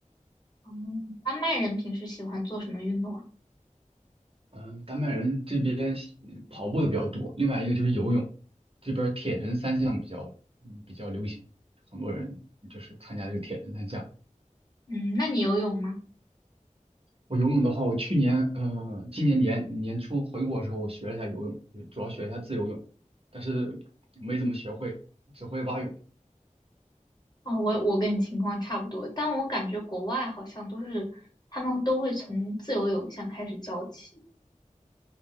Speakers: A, on the left; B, on the right.
A: 哦，丹麦人平时喜欢做什么运动啊？
B: 嗯，丹麦人这边嗯跑步的比较多，另外一个就是游泳，这边铁人三项比较嗯比较流行，很多人就是参加这个铁人三项。
A: 嗯，那你游泳吗？
B: 我游泳的话，我去年呃今年年年初回国的时候，我学了一下游泳，主要学一下自由泳，但是没怎么学会，只会蛙泳。
A: 哦，我我跟你情况差不多，但我感觉国外好像都是他们都会从自由泳先开始教起。